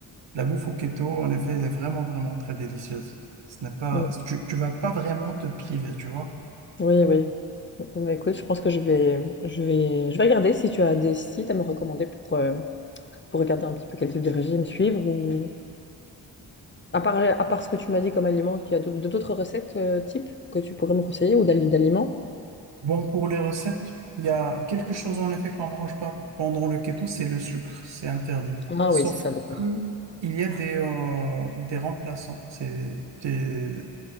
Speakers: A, on the right; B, on the left.
A: La bouffe au keto, en effet, elle est vraiment vraiment très délicieuse. Ce n'est pas,
B: Mm.
A: tu, tu vas pas vraiment te priver, tu vois.
B: Oui, oui. Mm, bah, écoute, je pense que je vais, je vais, je vais regarder si tu as des sites à me recommander pour, euh, pour regarder un petit peu quel type de régime suivre ou à part, à part ce que tu m'as dit comme aliment, il y a d'autres d'autres recettes euh, type que tu pourrais me conseiller ou d'ali- d'aliments?
A: Bon, pour les recettes, il y a quelque chose en effet qu'on ne mange pas pendant le keto, c'est le sucre, c'est interdit.
B: Ah
A: Sauf
B: oui, c'est ça, d'accord.
A: que il y a des, euh, des remplaçants, c'est des,